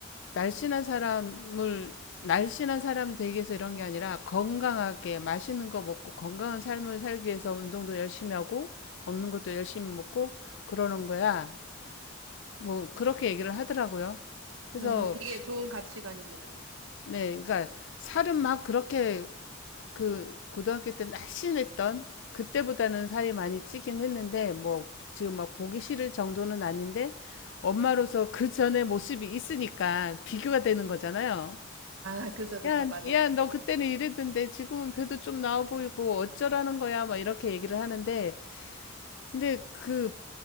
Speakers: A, on the left (about 65°); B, on the right (about 75°).
A: 날씬한 사람을, 날씬한 사람이 되기 위해서 이런 게 아니라 건강하게 맛있는 거 먹고 건강한 삶을 살기 위해서 운동도 열심히 하고, 먹는 것도 열심히 먹고, 그러는 거야. 뭐, 그렇게 얘기를 하더라고요. 그래서,
B: 어, 되게 좋은 가치관이네요.
A: 네, 그러니까 살은 막 그렇게 그 고등학교 때 날씬했던 그때보다는 살이 많이 찌긴 했는데 뭐 지금 막 보기 싫을 정도는 아닌데 엄마로서 그 전에 모습이 있으니까 비교가 되는 거잖아요.
B: 아, 그죠, 그죠.
A: 야,
B: 맞아요.
A: 야, 너 그때는 이랬는데 지금은 배도 좀 나와 보이고 어쩌라는 거야? 막 이렇게 얘기를 하는데 근데 그,